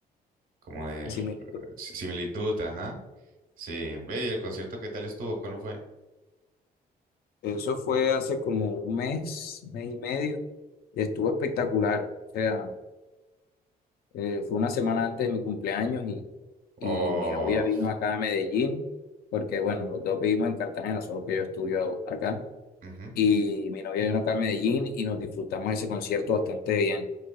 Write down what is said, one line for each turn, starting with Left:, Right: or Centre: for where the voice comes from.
Right: como de r-
Left: sí, me
Right: si- similitud, ajá. Sí, ve, ¿y el concierto qué tal estuvo? ¿Cuándo fue?
Left: Eso fue hace como un mes, mes y medio, y estuvo espectacular. O sea, eh, fue una semana antes de mi cumpleaños y, y
Right: Oh,
Left: mi novia vino acá a Medellín, porque bueno, los dos vivimos en Cartagena, solo que yo estudio acá.
Right: ujú.
Left: Y mi novia vino acá a Medellín y nos disfrutamos ese concierto bastante bien.